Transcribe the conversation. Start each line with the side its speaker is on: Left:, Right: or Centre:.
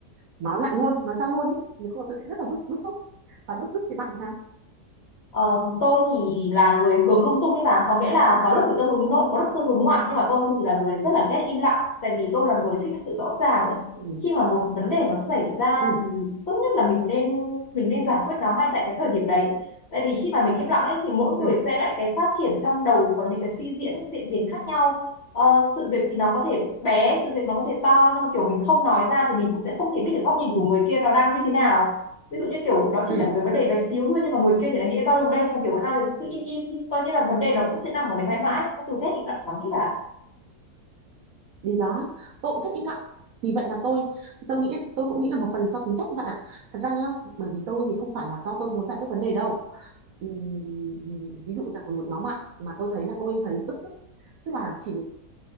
Right: nói lại luôn nói ra luôn ấy nếu không là tôi sẽ rất là bức bức xúc và bức xúc thì bạn thì sao
Left: Ờ, tôi thì là người hướng lung tung ấy bà có nghĩa là có lúc thì tôi hướng nội có lúc tôi hướng ngoại nhưng mà tôi thì là người rất là ghét im lặng tại vì tôi là người thích sự rõ ràng ấy
Right: ừ
Left: khi mà một vấn đề nó xảy ra
Right: ừ
Left: thì tốt nhất là mình nên mình nên giải quyết nó ngay tại cái thời điểm đấy tại vì khi mà mình im lặng ấy thì mỗi người
Right: ừ
Left: sẽ lại cái phát triển trong đầu có những cái suy diễn diễn biến khác nhau Ờ, sự việc thì nó có thể bé sự việc nó có thể to nhưng mà kiểu mình không nói ra thì mình cũng sẽ không thể biết được góc nhìn
Right: ừ
Left: của người kia nó đang như thế nào ví dụ như kiểu nó chỉ
Right: ừ
Left: là một cái vấn đề bé xíu thôi nhưng mà người kia thì lại nghĩ tao đồng đây nhưng mà kiểu hai người cứ im im nhưng coi như là vấn đề nó cũng sẽ nằm ở đấy mãi mãi Cái từ ghét im lặng lắm ấy là
Right: đi đó tôi cũng rất im lặng vì vậy mà tôi tôi nghĩ tôi cũng nghĩ là một phần do tính cách các bạn ạ thật ra nhá bởi vì tôi thì không phải là do tôi muốn giải quyết vấn đề đâu Ừm, ví dụ là một nhóm bạn mà tôi thấy là tôi thấy bứt rứt tức là chỉ